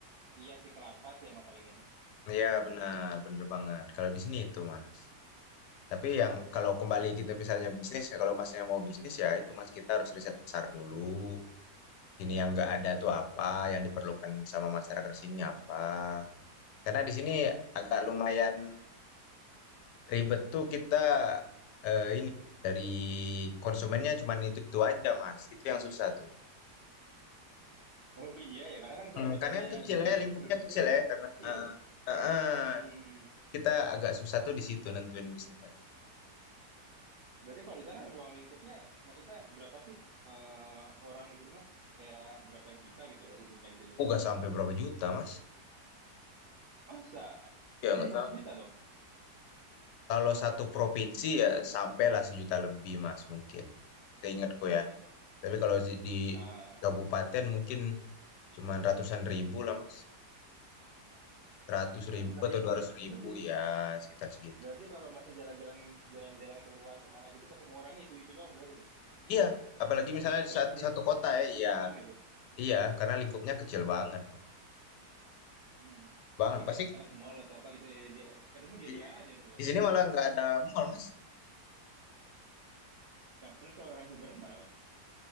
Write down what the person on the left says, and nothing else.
ya benar, bener banget. Kalau di sini itu, Mas. Tapi yang
kalau kembali gitu misalnya bisnis, ya kalau Masnya mau bisnis ya itu Mas kita harus riset pasar dulu. Di sini yang nggak ada tuh apa, yang diperlukan sama masyarakat sini apa. Karena di sini agak lumayan ribet tuh kita eh, dari konsumennya cuman itu-itu aja, Mas. Itu yang susah tuh.
Hmm,
karena kan kecil
ya, lingkupnya
kecil
ya karena
heeh, heeh,
Kita agak susah tuh di situ nentuin bisnisnya tuh.
Oh, nggak sampai berapa juta, Mas.
Ya
nggak
sam
kalau satu provinsi ya sampailah sejuta lebih, Mas, mungkin. Seingatku
ya. Tapi kalau di di
kabupaten mungkin cuman ratusan ribu lah, Mas. Seratus
ribu
atau
dua ratus
ribu
ya sekitar segitu.
Iya, apalagi
misalnya
sat-
satu kota
ya,
iya.
Iya, karena lingkupnya kecil banget, Mas.
Banget.
Pasti
di,
di sini malah nggak ada mall, Mas.